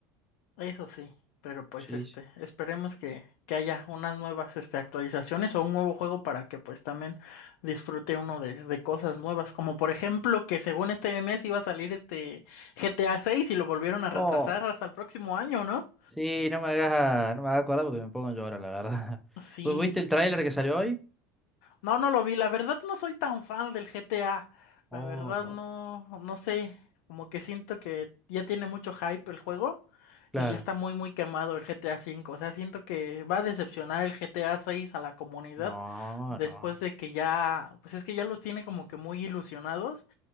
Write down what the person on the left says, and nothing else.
Eso sí, pero pues
este,
esperemos que, que haya unas nuevas este, actualizaciones o un nuevo juego para que pues también disfrute uno de, de cosas nuevas, como por ejemplo que según este mes iba a salir este GTA 6 y lo volvieron a retrasar
hasta el próximo año, ¿no?
Sí,
No, no lo vi. La verdad no soy tan fan del GTA. La
verdad
no, no sé. Como que siento que ya tiene mucho hype el juego
y ya está muy, muy quemado el GTA V. O sea, siento que va a decepcionar el GTA VI a seis a la comunidad
después
de que ya, pues es que ya los tiene como que muy ilusionados